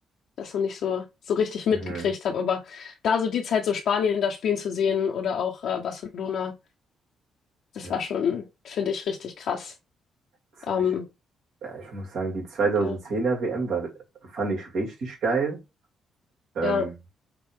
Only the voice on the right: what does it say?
mhm.
Also,
z-
ich, ja, ich muss sagen, die 2010er
WM war, fand ich richtig geil. Ähm,